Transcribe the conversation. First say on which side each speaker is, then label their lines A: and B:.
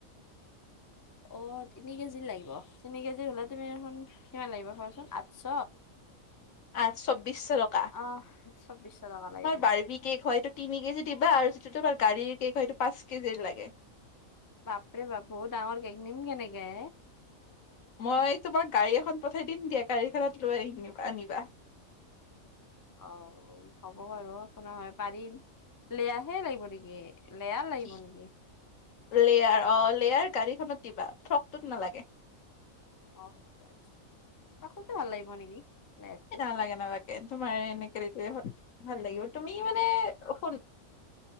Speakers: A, on the left; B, on the left.
A: অ তিনি কেজি লাগিব, তিনি কেজি হ'লে তুমি এইখন কিমান লাগিব কোৱাচোন আঠশ?
B: আঠ চৌবিশৰক
A: অহ, চৌবিচশ টকা লাগিব।
B: বাৰ্বি কেক হয়তো তিনি কেজি দিবা আৰু যিটো তোমাৰ গাড়ীৰ কেক হয়টো পাঁচ কেজিৰ লাগে।
A: বাপৰে বাপু! ডাঙৰ কেক নিম কেনেকে?
B: মই তোমাক গাড়ী এখন পঠাই দিম দিয়া গাড়ীখনত লৈ আনিবা আনিবা।
A: অ হ'ব বাৰু, একো নহয় পাৰিম। লেয়াহে লাগিব নেকি? লেয়া লাগিব
B: কি
A: নেকি?
B: লেয়াৰ অ লেয়াৰ গাড়ীখনত দিবা, ফ্ৰকটোত নালাগে।
A: অ <inaudible> তাতেটো ভাল লাগিব নেকি? লেয়াৰটো
B: এ নালাগে নালাগে, তোমাৰ এনেকে ভাল লাগিব, তুমি মানে শুন